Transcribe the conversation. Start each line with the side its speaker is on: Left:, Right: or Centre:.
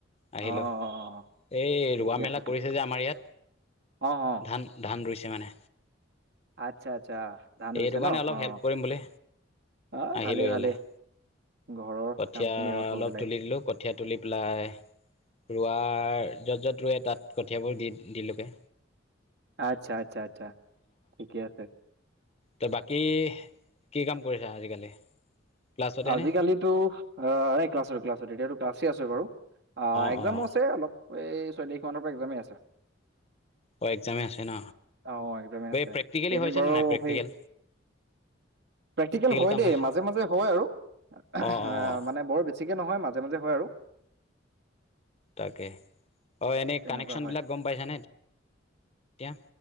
Left: আহিলো
Right: অ অ অ
Left: এই
Right: ঠিকে
Left: ৰোৱা মেলা
Right: আছে ঠিকে
Left: কৰিছে যে আমাৰ ইয়াত
Right: অ অ
Left: ধান ধান ৰুইছে মানে
Right: আচ্ছা আচ্ছা ধান ৰুইছে
Left: এইটো কাৰণে
Right: ন
Left: অলপ
Right: অ
Left: হেল্প কৰিম বুলি
Right: অ
Left: আহিলোঁ
Right: ভালেই
Left: ইয়ালৈ
Right: ভালেই ঘৰৰ
Left: কঠীয়া
Right: কাম খিনি আগত কৰিব
Left: অলপ
Right: লাগে
Left: তুলি দিলো কঠীয়া তুলি পেলাই ৰোৱাৰ য'ত য'ত ৰুৱে তাত কঠিয়াবোৰ দি দিলোঁগে
Right: আচ্ছা আচ্ছা আচ্ছা ঠিকে আছে
Left: ত বাকী কি কাম কৰিছা আজিকালি ক্লাছতেনে
Right: আজিকালিতো এ ক্লাছত ক্লাছত তেতিয়াতো ক্লাছ আছে বাৰু অ
Left: অঁ
Right: একজামো
Left: অঁ
Right: আছে অলপ এই ছয় তাৰিখ মানৰ পৰা একজামেই আছে
Left: অ' এক্সামে আছে ন
Right: আহ একদমেই আছে
Left: এই প্ৰেক্টিকেলি
Right: এদিন
Left: হৈছে
Right: বাৰু
Left: নে নাই প্ৰেক্টিকেল
Right: সেই প্ৰেক্টিকেল হয়
Left: কাম
Right: দেই
Left: হৈছে
Right: মাজে মাজে হয় আৰু এ
Left: অঁ অঁ
Right: মানে বৰ বেছিকে নহয় মাজে মাজে হয় আৰু
Left: তাকে অ এনেই
Right: তেনেকুৱা
Left: কানেকচন
Right: হয়
Left: বিলাক গম পাইছানে এ